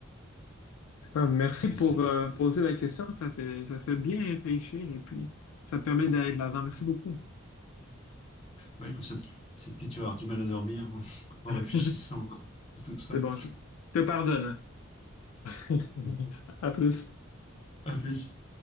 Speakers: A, on the left; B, on the left.
A: En merci
B: C'est-
A: pour euh, poser la question. Ça fait, ça fait bien réfléchir et puis ça permet d'aller de l'avant. Merci beaucoup.
B: Ouais, comme ça t- cette nuit tu vas avoir du mal à dormir en, <laughs>
A: <laughs>
B: en réfléchissant à tout ça.
A: C'est bon, je je te pardonne. <laughs>
B: Donc,
A: À plus.
B: À plus.